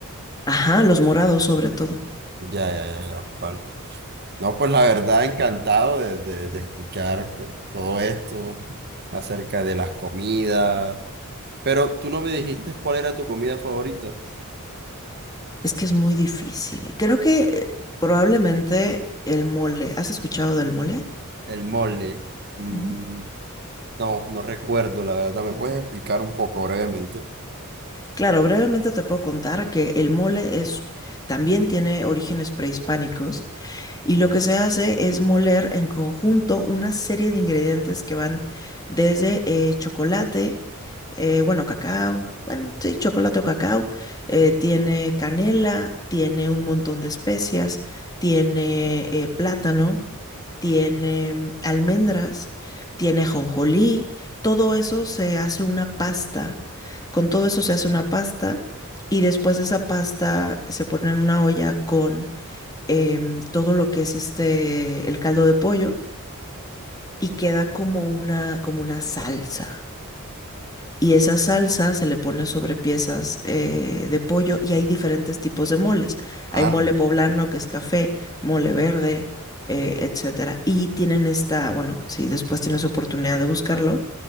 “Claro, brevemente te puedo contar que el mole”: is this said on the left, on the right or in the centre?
Left